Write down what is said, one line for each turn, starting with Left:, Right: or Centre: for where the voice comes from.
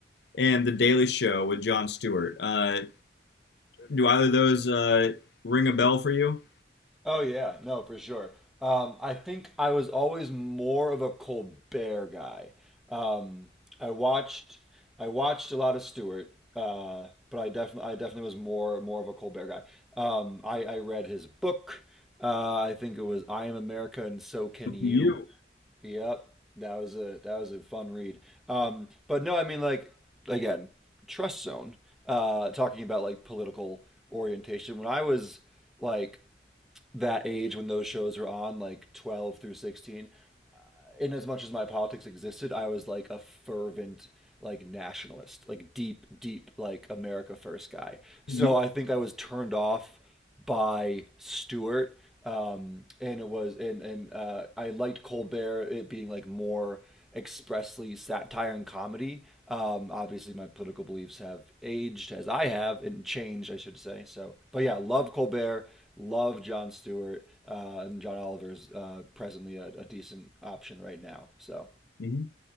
Left: and The Daily Show with Jon Stewart. Uh, do either of those uh, ring a bell for you?
Centre: Oh yeah, no, for sure. Um, I think I was always more of a Colbert guy. Um, I watched I watched a lot of Stewart, uh, but I definitely I definitely was more more of a Colbert guy. Um, I, I read his book. Uh, I think it was I Am America and So Can You.
Left: You.
Centre: Yep, that was a that was a fun read. Um, but no, I mean like again, Trust Zone. Uh, talking about like political orientation. When I was like that age when those shows were on, like 12 through 16, in as much as my politics existed, I was like a fervent like nationalist, like deep, deep like America first guy. So
Left: You.
Centre: I think I was turned off by Stewart. Um, and it was and and uh, I liked Colbert it being like more expressly satire and comedy. Um, obviously, my political beliefs have aged as I have and changed, I should say. So, but yeah, love Colbert. Love John Stewart uh, and John Oliver's uh, presently a, a decent option right now. So
Left: hmm